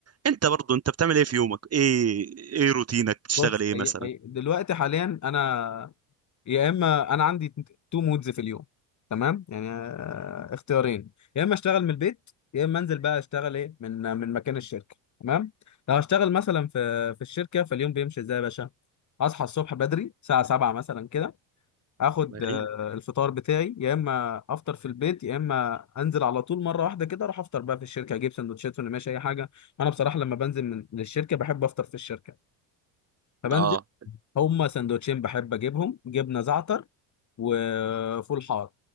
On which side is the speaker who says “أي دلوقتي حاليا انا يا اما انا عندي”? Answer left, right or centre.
Left